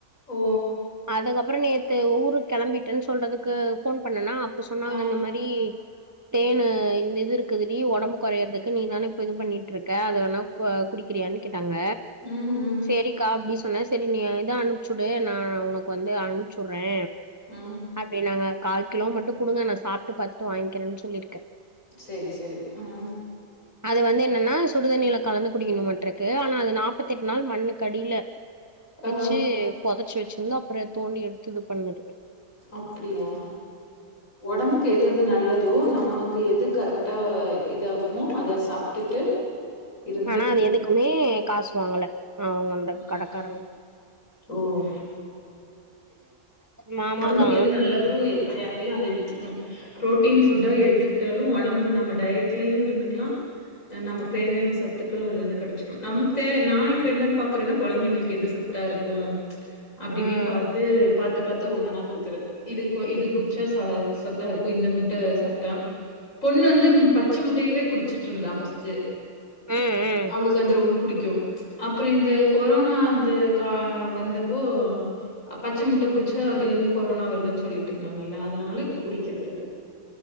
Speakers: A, on the left; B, on the right.
A: ஓ
B: அதுக்கப்பறோ நேத்து ஊருக் கெளம்பிட்டேன்னு சொல்றதுக்கு ஃபோன் பண்ணனா அப்ப சொன்னாங்க
A: ஆ
B: இந்த மார் ப்டி தேனு இந்த இது இருக் குதுடி ஒடம்பு கொரையரதுக்கு நீ தானே இப்ப இது பண்ணிட்டு இருக்க அத வேணா கொ குடிக் கிறியானு கேட்டாங்க
A: ம் ம்
B: சேரிக்கா அப்டின்னு சொன்ன சரி நீ இத அனுப்புச்சுடு நா உனக்கு வந்து அனுப்ச்சுடுறே
A: ம்
B: அப்டின்னாங்க கால் கிலோ மட்டு குடுங்க நா சாப்ட்டு பாத்துட்டு வாங்கிக்கிறேன் சொல்லிருக்கே
A: செரி செரி ம்
B: அது வந்து என்னன்னா சுடுதண்ணில கலந்து குடிக்கணுமாட்ருக்கு ஆனா அது நாப்பத்தெட்டு நாள் மண்ணுக்கடில
A: ஆஹா
B: வச்சு பொதச்சு வச்சிருந்து அப்பறோ தோண்டி எடுத்து இது பண்ணதுக்கு
A: அப்டியா ஒடம்புக் க்கு எதெது நல்லதோ நமக்கு எது கரெக்டா இதாகுமோ அத சாப்ட்டுட்டு இருந்து
B: ஆனா அது
A: இருக்கோ
B: எதுக்குமே காசு வாங்கல அவங்க அந்த
A: ம்
B: கடக்காரங்க
A: ஓ
B: மாமாதா
A: ஒடம்புக்கு எது நல்லதோ எது தேவையோ அத எடுத்துக்கணு பு்ரோட்டீன் ஃபுட்டா எடுத்துக்கிட்டாலு ஒடம்பு நம்ம டயட்லயு இருந்துக்கலா து நமக் தேவையான சத்துக்களு அதுல இருந்து கெடச்சிடு நமக்கு தே நா இப்ப என்னன் பாக்குறேன்னா கொழந்தைங்களுக்கு எது சத் தா இருக்கு அப்டினே
B: ஆ ம்
A: பாத்து பா த்து ஒன்னன்னா குடுக்கறது இது கு இது குடிச்ச ச சத்தா இருக்கு இந்த முட்ட சாப்ட்டா பொண்ணு வந்து பச்ச முட்டையவே குடிச்சிட்டு இருந்தா ஃபஸ்ட்டு
B: ம் ம்.
A: அவளுக்கு வந்து ரொம்ப புடிக்கு அப்பறோ இந்த கொரோனா அந்த கா வந்தப்போ அ பச்ச முட்ட குடு ச்சு அதுல இருந்து கொரோனா வருதுன் சொல்லிட்டுருந்தாங்கல்ல அதனால இப்ப குடிக்கறதுல்ல